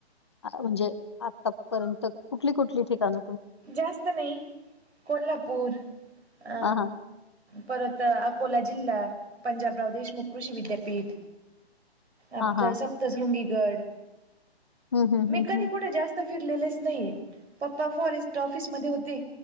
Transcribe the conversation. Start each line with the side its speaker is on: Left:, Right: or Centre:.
Left: आ म्हणजे आतापर्यंत कुठली, कुठली ठिकाण.
Right: जास्त नही कोल्हापूर अ.
Left: हा हा
Right: परत अकोला जिल्हा, पंजाबराव देशमुख कृषी विद्यापीठ. आपलं
Left: हा हा
Right: सप्तशृंगीगड,
Left: हम्म हम्म
Right: मी
Left: हम्म
Right: कधी
Left: हम्म
Right: कुठे जा स्त फिरलेलेच नाही पप्पा फॉरेस्ट ऑफिस मधे होते